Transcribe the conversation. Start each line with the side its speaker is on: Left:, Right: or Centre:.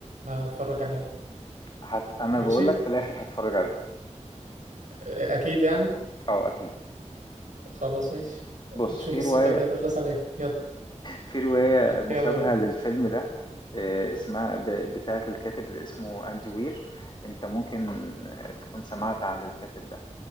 Right: هتفرج عليه
Left: هت... انا
Right: ماشي
Left: بقول لك في الاخر هتفرج عليه
Right: آه، اكيد يعني
Left: اه اكيد
Right: خلاص ماشي
Left: بص
Right: تشوف
Left: في
Right: الثقة
Left: روايه
Right: دي هتخلص عليه يلا
Left: في روايه مشابهه
Right: يلا بينا
Left: للفيلم ده آه، اسمها ب... بتاعه الكاتب اللي اسمه اندي وير انت ممكن آه، تكون سمعت عن الكاتب ده